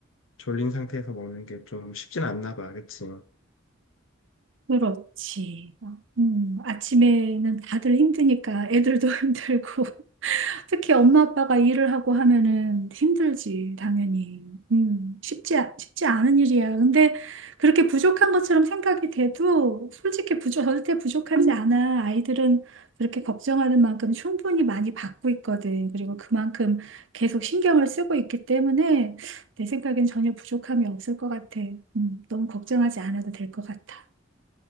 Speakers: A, on the left; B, on the right.
A: 졸린 상태에서 먹는 게 좀 쉽진 않나 봐. 그치?
B: 그렇지. 어, 음, 아침에는 다들 힘드니까 애들도 <laughs> 힘들고 특히 엄마 아빠가 일을 하고 하면은 힘들지 당연히. 음, 쉽지 아- 쉽지 않은 일이야. 근데 그렇게 부족한 것처럼 생각이 돼도 솔직히 부족 절대 부족하지 않아. 아이들은 그렇게 걱정하는 만큼 충분히 많이 받고 있거든. 그리고 그만큼 계속 신경을 쓰고 있기 때문에 내 생각엔 전혀 부족함이 없을 것 같아. 음, 너무 걱정하지 않아도 될 것 같아.